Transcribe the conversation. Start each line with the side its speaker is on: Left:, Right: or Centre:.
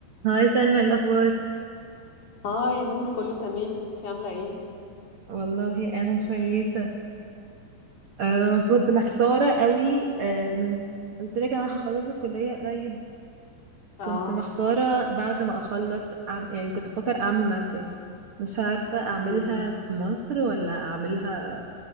Right: هاي سلمى إيه الأخبار
Left: اه يا نور كله تمام انتي عاملة ايه؟
Right: والله انا كويسه أه كنت محتاره قوي أم، قلت لك انا هخلص الكليه قريب
Left: اه
Right: كنت محتاره بعد ما اخلص أعم... يعني كنت بفكر اعمل ماسترز مش عارفه اعملها
Left: مم.
Right: في مصر ولا اعملها